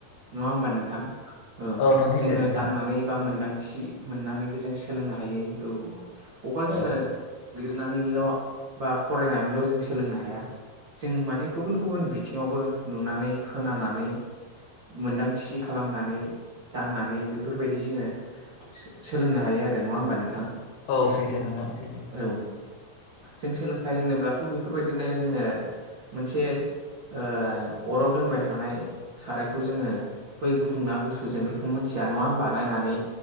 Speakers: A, on the right; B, on the left.
A: नङा होमबा नोंथां औ
B: नंगौ सैथो
A: जोङो
B: नोंथां
A: दांना नानै बा मोनदांथि मोननानैबो जों सोलोंनो हायो औ अखल जोङो
B: औ।
A: लिरनानैल' बा फरायनानैल' जों सोलोंनो हाया। जों माने गुबुन गुबुन बिथिङावबो नुनानै खोनानानै मोनदांथि खालामनानै दांनानै बेफोरबायदि जोङो सो-सोलोंनो हायो आरो नङा होमबा नोंथां।
B: औ सैथो नोंथां सैथो
A: औ जों सोलोंथाइ होनोब्लाथ' बेफोरबायदिनो जोङो मोनसे ओ अराव दोनबाय थानाय सारायखौ जोङो बै गुदुं ना गुसु जों बेखौ मिथिया नङा होमबा नायनानै